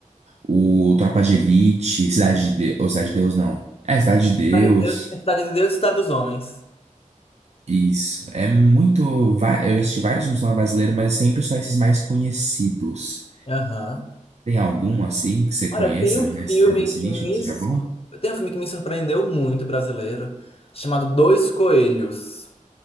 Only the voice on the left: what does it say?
Cidade de Deus, Cidade de Deus e Cidade dos Homens.
Aham.
Olha, tem um filme
que
me.
sur-
Tem um filme que me surpreendeu muito, brasileiro, chamado Dois Coelhos.